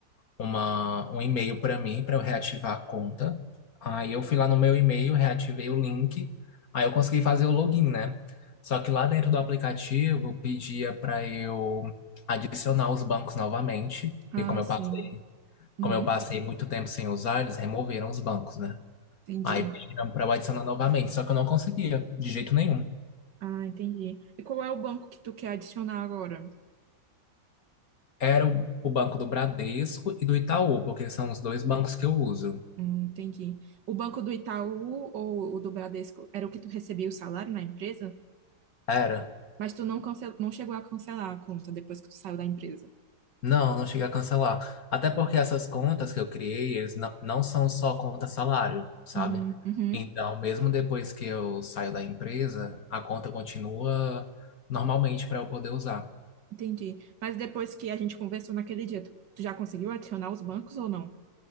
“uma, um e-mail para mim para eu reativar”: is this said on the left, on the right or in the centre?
Left